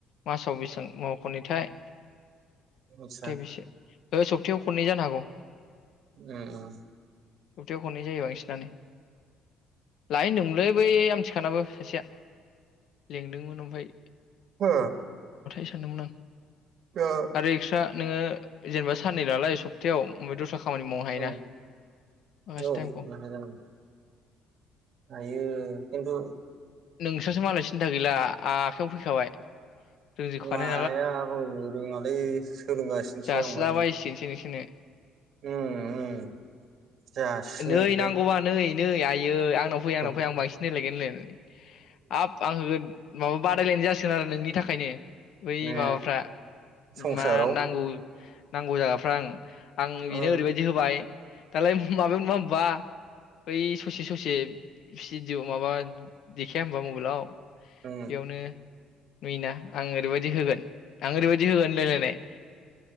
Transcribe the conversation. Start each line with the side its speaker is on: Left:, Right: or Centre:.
Left: मासाव बेसेबां मावख'निथाय
Right: आदसा
Left: दे बिसे ओ सप्तायाव खननै जानो हागौ।
Right: उम उम।
Left: सप्ताथायाव खननै जायो बांसिनानो लाय होनदोंमोनलै बै आमथिखानाबो सासेया लेंदोंमोन ओमफाय
Right: हो
Left: <unintelligible> सानदोंमोन आं।
Right: दा
Left: आरो एक्सट्रा नोङो जेनेबा साननै नालाय सप्तायाव ओमफाय दस्रा खामानि मावनो हायोना।
Right: उम
Left: माखासे
Right: औ <unintelligible>
Left: टाइमखौ
Right: हायो खिनथु
Left: नोंस्रासो मालाय सिन्था गैला आखयाव फैखाबाय रोंजोबखानाय
Right: माया <unintelligible> <unintelligible>
Left: जासिला
Right: आंबो नै
Left: बायसिगोनसो नोंसोरनो
Right: उम जासिनायखाय
Left: नै नांगौबा नै नै आइयै आंनाव फै आंनाव फै
Right: औ
Left: आं बांसिन नायलायगोन होनलायनानै हाब आं होगोन माबा बादायलायनाय जासिगोन आरो नोंनि थाखायनो ओय
Right: ने
Left: माबाफ्रा
Right: संसाराव
Left: मा नांगौ नांगौ जागाफ्रा आं आं बेनो
Right: ओ
Left: ओरैबायदि होबाय दालाय माबायाव नुआ होनबा बै ससे ससे भिडिय माबा देखाया होनबा मबाइलाव
Right: ओ
Left: बेयावनो नुयोना आं ओरैबायदि होगोन आं ओरैबायदि होगोन होनलाय लायनाय